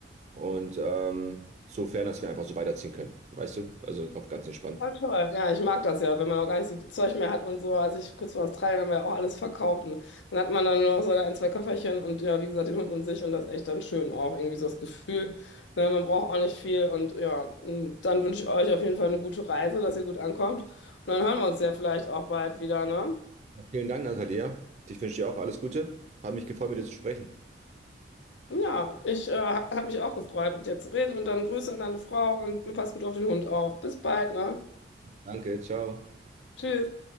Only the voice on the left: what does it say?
Voll toll. Ja, ich mag das ja, wenn man auch gar nicht so viel Zeug mehr hat und so. Als ich kurz vor Australien haben wir auch alles verkauft und dann hat man dann nur noch so ein, zwei Köfferchen und ja, wie gesagt, den Hund und sich und das ist echt dann schön auch. Irgendwie so das Gefühl, ne, man braucht auch nicht viel und ja, und dann wünsche ich euch auf jeden Fall eine gute Reise, dass ihr gut ankommt und dann hören wir uns ja vielleicht auch bald wieder, ne?
Ja, ich äh, habe mich auch gefreut, mit dir zu reden und dann Grüße an deine Frau und pass gut auf den Hund auf. Bis bald, ne?
Tschüss.